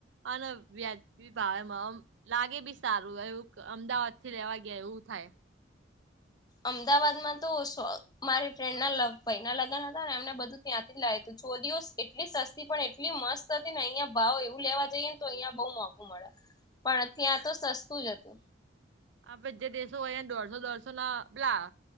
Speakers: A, on the right; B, on the left.
A: અને વ્યાજી ભાવમાં લાગે બી સારું એવું અમદાવાદ થી લ રહેવા ગયા એવું થાય
B: અમદાવાદમાં તો મારી ફ્રેન્ડ ના ભય ના લગ્ન હતા ને એમને બધું ત્યાંથી જ લાવુ જો દઓ એટલી સસ્તી પણ એટલી મસ્ત હતી ને અહિયાયા ભાવ એવું લેવા જઈએ, ને તો અહિયાયા બહુ મોંઘું મળે પણ ત્યાં તો સસ્તું જ હતુ.
A: આપે જે દેશો હોય, અયા દોઢસો દોઢસો ના પલા